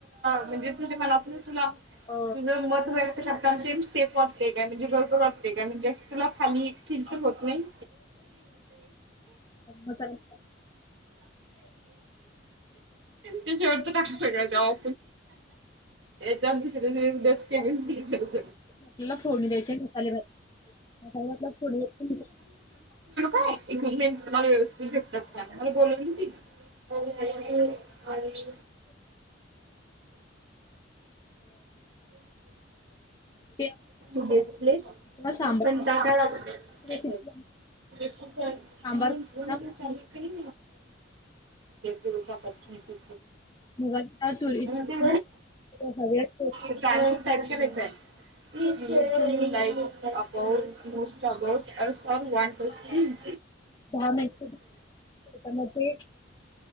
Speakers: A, on the right; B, on the left.
A: म्हणजे तुला म्हणजे त म <unintelligible> तुला
B: अ,
A: तुझं मत व्य ात सेम सेफ वाटते काय म्हणजे घरोबर वाटते म्हणजेस् तुला खाली खिंत होत नाही.
B: मसाला
A: तु शेवटच टाक सगळं. म्याव चांग स त <unintelligible> त्याय <unintelligible>
B: आपल्याला फोडणी द्यायचे मसाले भात मसाल्याला फोडणी.
A: Equipments knowledge. ती भेटतात फार मला बोलल्याली ती. आणिश
B: ते किंवा
A: नाहीस् प्लेस
B: सांबार
A: पण का काय
B: रेसिपी
A: <unintelligible> सेकंड
B: सांबार करताना
A: करिअर ग्रोथ पॉर्च्यनिटी
B: मुगाची डाळ तुरीची
A: ते
B: हळद
A: पॅरंटस टाईप करायच आहे लाईक अबाउट मोस्ट अबाउट अ स वा काय
B: दहा मिनिट त्याच्यामध्ये